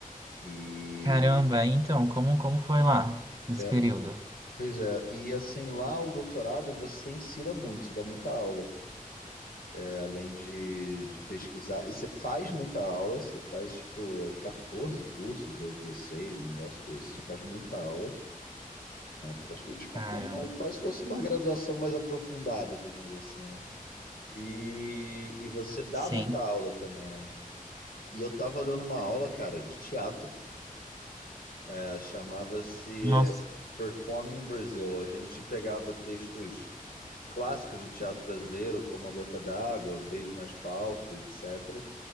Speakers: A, on the left (about 80°); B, on the right (about 25°).
A: E,
B: Caramba, então, como, como foi lá esse período?
A: e- pois é, e assim, lá o doutorado você ensina muito, você dá muita aula, É, além de, de pesquisar. E você faz muita aula, você faz tipo 14 cursos ou 16, um negócio desse, você faz muita aula. praticamente uma
B: Caramba.
A: formal, quase fosse uma graduação mais aprofundada, digamos assim, né? E, e você dá
B: Sim.
A: muita aula também, né? E eu tava dando uma aula, cara, de teatro. É, chamava-se
B: Nossa.
A: é, Performing Brazil. A gente pegava textos clássicos do teatro brasileiro, como A Gota d'Água, Beijo no Asfalto, etc.